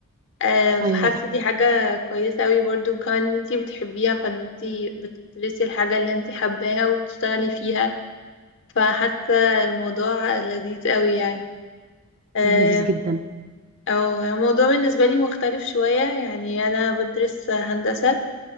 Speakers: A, on the left; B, on the right.
A: آه، فحاسة
B: ايوه دي حقيقة
A: دي حاجة كويسة أوي برضو وكمان ان انتي بتحبيها فان انتي بتدرسي الحاجة اللي انتي حباها وبتشتغلي فيها فحاسة الموضوع لذيذ أوي يعني آه،
B: يا لذيذ جدا
A: أو الموضوع بالنسبة لي مختلف شوية يعني أنا بدرس هندسة